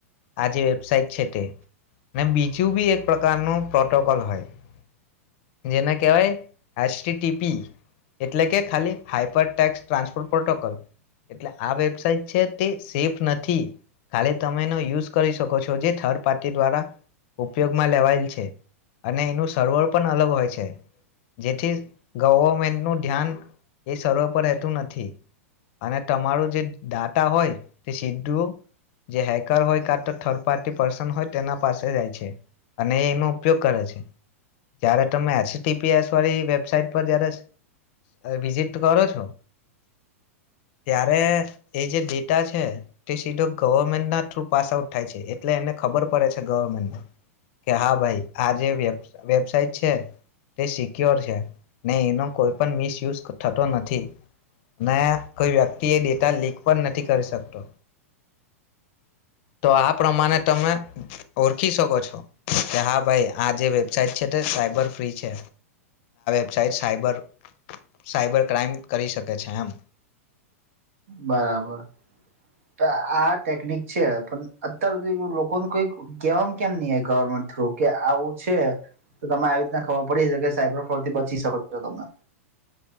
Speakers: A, on the left (about 50°); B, on the right (about 70°).
A: આ જે વેબસાઇટ છે તે ને બીજું બી એક પ્રકારનું પ્રોટોકોલ હોય જેને કહેવાય ટી ટીપી એટલે કે ખાલી હાઈપર ટેક્સ ટ્રાન્સપોર્ટ પ્રોટોકોલ એટલે આ વેબસાઇટ છે તે સેફ નથી ખાલી તમે એનો યુઝ <unintelligible> છો જે થર્ડ પાર્ટી દ્વારા ઉપયોગમાં લેવાયેલ છે અને એનું સર્વર પણ અલગ હોય છે જેથી ગવર્મેન્ટનુંું ધ્યાન એ સર્વ પર રહેતું નથી અને તમારું જે ડાટા હોય તે સીધું જે હેકર હોય કા તો થર્ડ પાર્ટી પર્સન હોય તેના પાસે જાય છે અને એનો ઉપયોગ કરે છે જય્યારે તમે એચપીએસ વાળી વેબસાઇટ પર જયારે વિઝિટ કરો છો ત્યારે એ જે ડેટા છે તે સીધો ગવર્મેન્ટના થ્રુ પાસ આઉટ થાય છે એટલે એને ખબર પડે છે ગવર્મેન્ટ કે હા ભાઈ આ જે વેબ વેબસાઇટ છે તે સિક્યોર છે નહી એનો કોઈ પણ મિસયુઝ થતો નથી ને કોઈ વ્યક્તિ એ ડેટા લીક પણ નથી કરી શકતો તો આ પ્રમાણે તમે ઓળખી શકો છો કે હા ભાઈ આ જે વેબસાાઈટ છે તે સાયબર ફ્રી છે વબ સાઇટ સાબર સાયબર ક્રાઈમ કરી શકે છે એમ
B: બરાબર કા આ ટેકનિક છે પણ અત્યાર હુધી લોકોનું કોઈ કહેવાવામાં કેમ નહી ગવર્મેન્ટ થ્રુ કે આવું છે તો તમે આવી રીતને ખબર પડીશે કે સાયબર ફોર થી બચી શકો છો તમે